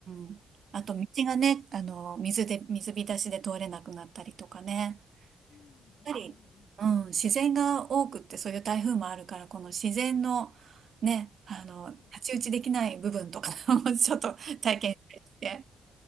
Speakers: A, on the right; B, on the left.
A: うん。あと道がね、
B: じゃあ、
A: あの、水で、水浸しで通れなくなったりとかね。
B: うんうんうんうん。
A: やっぱり、うん、自然が多くってそういう台風もあるから、この自然のね、あの、
B: うん
A: 太刀打ちできない部分とか <laughs> もちょっと体験して、